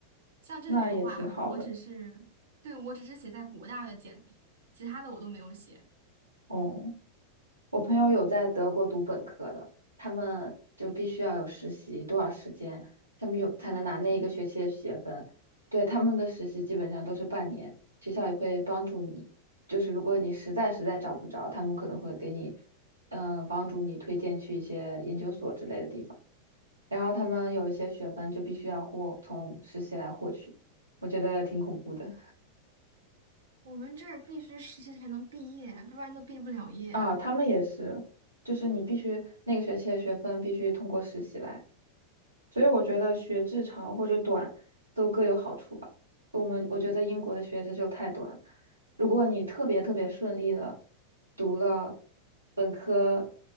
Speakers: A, on the right; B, on the right.
A: 像这种的话，
B: 那也挺好的。
A: 我只是，对，我只是写在国大的简历，其他的我都没有写。
B: 哦。我朋友有在德国读本科的，
A: 嗯，
B: 他们就必须要有实习多少时间，他们有才能拿那一个学期的学分。
A: 啊，对，
B: 对，他们的实习基本上都是半年，学校也会帮助你，就是如果你实在实在找不着，他们可能会给你，嗯、帮助你推荐去一些研究所之类的地方。然后他们有一些学分就必须要获从实习来获取，我觉得挺恐怖的
A: 我们这儿必须实习才能毕业，不然都毕不了业。
B: 啊。他们也是，就是你必须那个学期的学分必须通过实习来。所以我觉得学制长或者短都各有好处吧。我们我觉得英国的学制就太短了。如果你特别特别顺利的读了本科，